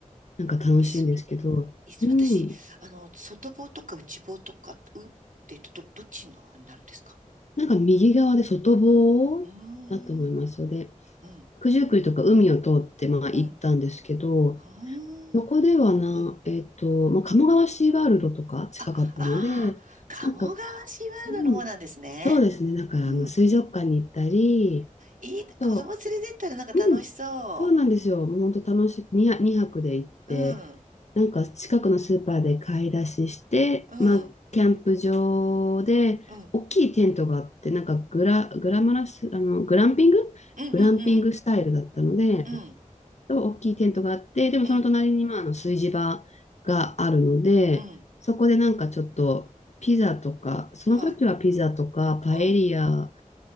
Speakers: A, on the left; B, on the right.
A: なんか楽しいんですけど、
B: いすみ。いす、
A: うん。
B: 私、あの、外房とか内房とか、う、って言うと、ど、どっちの方になるんですか
A: なんか、右側で外房だと思いますので、
B: うーん。うん。
A: 九十九里とか海を通って、まあ、
B: うん。
A: 行ったんですけど、
B: ほーん。
A: そこではな、
B: うん。
A: えっと、まあ、鴨川シーワールドとか近かったので、
B: あ、ああ、鴨川シーワールドの方なんですね。
A: なんか、うん、そうですね、だからあの水族館に行ったり、
B: うん。いい、
A: あと、
B: 子供連れてったらなんか楽しそ
A: うん、そうなんですよ、もう本当楽しく、2泊、泊で行って、
B: う。うん。
A: なんか近くのスーパーで買い出しして、
B: うん。
A: まあ、キャンプ場で、
B: うん。
A: 大きいテントがあって、なんかグラ、グラマラス、あの、グランピング
B: うん。うん。
A: グランピングスタイルだったので、
B: うん。うん。
A: と大きいテントがあって、でもその隣にまああの炊事場があるので、
B: うん。うん
A: そこでなんかちょっとピザとか、その時はピザとかパエリア
B: はい。うん。